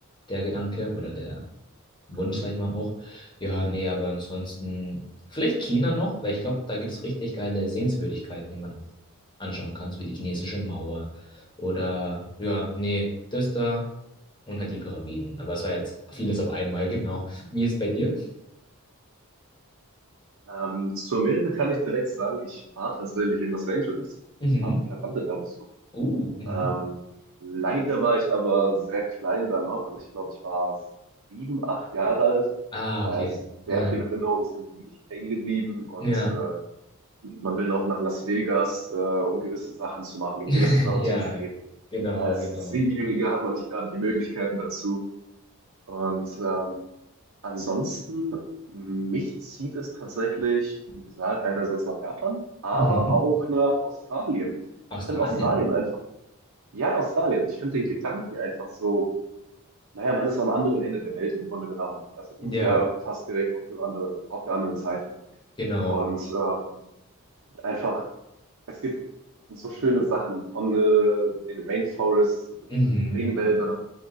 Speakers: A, on the left (about 20°); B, on the right (about 70°).
A: der Gedanke oder der Wunsch,
B: Mhm.
A: sag ich mal auch. Ja, nee, aber ansonsten vielleicht China noch, weil ich glaube, da gibt es richtig geile Sehenswürdigkeiten, die man anschauen kann, so wie die chinesische Mauer oder ja, nee, das da und halt die Pyramiden. Aber es war jetzt vieles auf einmal, <laughs> genau. Wie ist es bei dir?
B: Ähm, zu Amerika kann ich direkt sagen, ich war tatsächlich in Los Angeles,
A: Mhm.
B: habe Verwandte da besucht.
A: Uh, mhm.
B: Ähm, leider war ich aber sehr klein da noch. Also ich glaube, ich war sieben, acht Jahre alt.
A: Ah,
B: Heißt,
A: okay.
B: sehr
A: Ja,
B: viele Erinnerungen sind für mich hängen geblieben und
A: ja,
B: äh, man will noch nach Las Vegas, äh, um gewisse Sachen zu machen, um
A: <laughs>
B: gewisse Sachen
A: ja,
B: zu sehen. Und
A: genau,
B: als
A: genau.
B: Siebenjähriger hat man nicht gerade die Möglichkeiten dazu. Und ähm, ansonsten, mich zieht es tatsächlich, wie gesagt, einerseits nach Japan, aber
A: Mhm.
B: auch nach Australien. Ich
A: Australien.
B: finde Australien einfach, ja, Australien, ich finde den Gedanken einfach so, naja, man ist am anderen Ende der Welt im Grunde genommen. Also das
A: Ja,
B: ist ja fast direkt auf der andere, auf der anderen Seite.
A: genau.
B: Und ähm, einfach, es gibt so schöne Sachen von äh, den Rainforests, also diese
A: Mhm.
B: Regenwälder